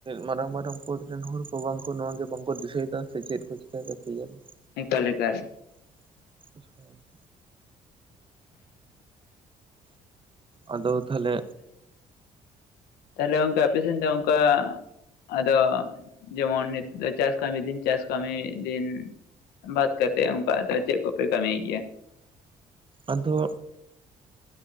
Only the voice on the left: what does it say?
ᱮᱠᱟᱞ ᱮᱠᱟᱞ᱾
ᱛᱟᱦᱞᱮ ᱜᱚᱝᱠᱮ ᱟᱯᱮ ᱥᱮᱱ ᱫᱚ ᱚᱱᱠᱟ ᱟᱫᱚ ᱡᱮᱢᱚᱱ ᱱᱤᱛᱚᱜ ᱫᱚ ᱪᱟᱥ ᱠᱟᱹᱢᱤ ᱫᱤᱱ ᱪᱟᱥ ᱠᱟᱹᱢᱤ ᱫᱤᱱ ᱾ ᱵᱟᱫ ᱠᱟᱛᱮᱫ ᱚᱱᱠᱟ ᱟᱫᱚ ᱪᱮᱫ ᱠᱚᱯᱮ ᱠᱟᱹᱢᱤᱭ ᱜᱮᱭᱟ?